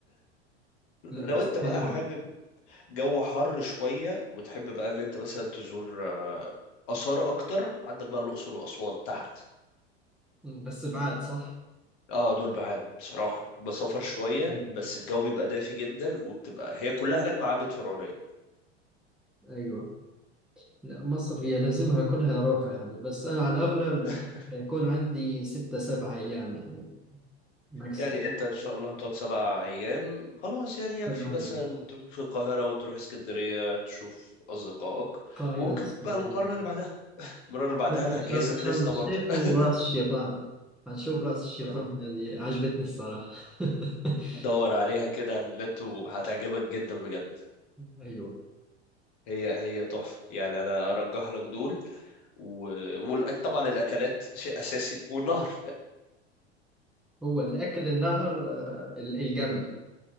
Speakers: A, on the left; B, in the centre.
A: <laughs>
B: <laughs> لا بس
A: لو انت بقى
B: حلوة
A: حابب جو حر شوية وتحب بقى ان انت مثلا تزور آه، آثار أكتر عندك بقى الأقصر وأسوان تحت
B: بس بعد صح
A: اه دول بعاد بصراحة هم سفر شوية
B: <laughs> مم.
A: بس الجو بيبقى دافي جدا وبتبقى هي كلها هناك معابد فرعونية
B: ايوه لا مصر هي لازمها كلها روحة يعني بس انا على الاغلب
A: <laughs>
B: حيكون عندي ستة سبعة ايام يعني ماكسيم
A: يعني انت ان شاء الله هتقعد سبع ايام خلاص يعني يكفي
B: سبعة
A: مثلا
B: ايام
A: تروح في القاهرة وتروح اسكندرية تشوف اصدقائك
B: القاهرة
A: وممكن
B: اسكندرية
A: بقى المرة اللي بعدها المرة اللي بعدها
B: قلت
A: انا هجهز
B: شرم
A: لك
B: شرم
A: لستة
B: الشيخ
A: برضه <laughs>
B: وراس الشيطان هنشوف راس الشيطان
A: جربها
B: هذه عجبتني الصراحة <laughs>
A: دور عليها كده على النت وهتعجبك جدا بجد
B: ايوه
A: هي هي تحفة يعني انا ارجح لك دول و... والأك... طبعا الاكلات شيء اساسي والنهر
B: هو الاكل النهر آه، الجمل